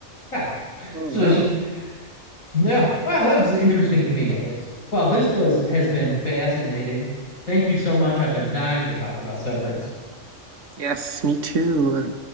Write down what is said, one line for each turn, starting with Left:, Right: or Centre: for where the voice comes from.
Left: Yeah.
Right: Oh,
Left: So,
Right: wow.
Left: so, yeah. Well, that was interesting to me at least. Well, this was has been fascinating. Thank you so much. I've been dying to talk about Severance.
Right: Yes, me too.